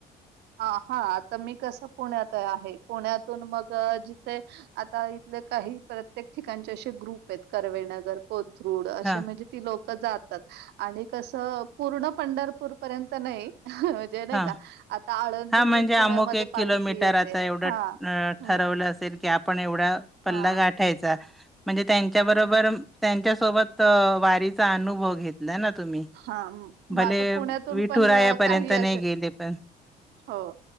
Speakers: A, on the right; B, in the centre.
A: ह हा. आता मी कसं पुण्यात आहे. पुण्यातून मग जिथे. आता इथले काही प्रत्येक ठिकाणचे असे ग्रुप आहेत. करवेळनगर, कोथरूड असे
B: हा
A: म्हणजे. ती लोक जातात आणि कस पूर्ण पंढरपूर पर्यंत नाही. <inaudible> ज नाही
B: हा
A: का. आता आळंदीतून
B: हा म्हणजे अमुक
A: पुण्यामध्ये
B: एक
A: पालखी
B: किलोमीटर
A: येते
B: आता एवढं
A: हा हम्म
B: ठरवलं असेल की आपण एवढं. पल्ला
A: हा
B: गाठायचा म्हणजे, त्यांच्या
A: आहे
B: बरोबर. त्यांच्यासोबत वारीचा अनुभव घेत. <inaudible> द ना तुम्ही.
A: हा मग
B: भले
A: आता पुण्यातून
B: विठुरायापर्यंत
A: पण काही असे
B: नाही गेले पण
A: हो.